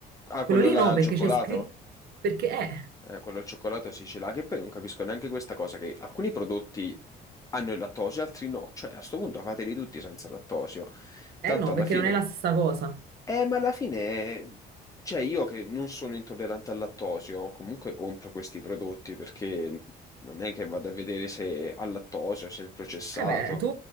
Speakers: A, on the left; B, on the right.
A: Ah,
B: quello
A: quello
B: lì
A: là
B: no,
A: al
B: perché
A: cioccolato?
B: c'è scritto, perché è...
A: Eh, quello al cioccolato sì, ce l'ha, che poi non capisco neanche questa cosa, che alcuni prodotti hanno il lattosio, altri no. Cioè, a sto punto fateli tutti senza lattosio.
B: Eh
A: Tanto
B: no,
A: alla
B: perché
A: fine...
B: non è la stessa cosa.
A: Eh, ma alla fine, cioè io che non sono intollerante al lattosio, comunque compro questi prodotti perché non è che vado a vedere se ha lattosio, se è il processato,
B: Eh beh, tu,